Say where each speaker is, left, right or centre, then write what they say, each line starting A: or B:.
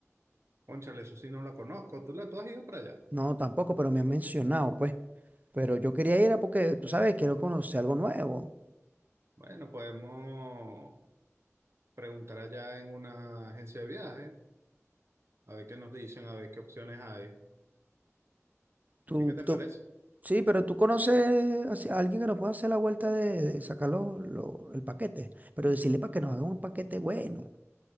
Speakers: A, on the right; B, on the right.
A: Cónchale, eso sí no la conozco, ¿tú la tú has ido para allá?
B: No, tampoco, pero me han mencionado, pues. Pero yo quería ir a porque, tú sabes, quiero conocer algo nuevo.
A: Bueno, podemos preguntar allá en una agencia de viaje, a ver qué nos dicen, a ver qué opciones hay.
B: ¿Tú,
A: ¿A ti qué te
B: tú,
A: parece?
B: Sí, pero tú conoces así a alguien que nos pueda hacer la vuelta de, de sacar lo- lo- el paquete, pero decirle para que nos hagan un paquete bueno.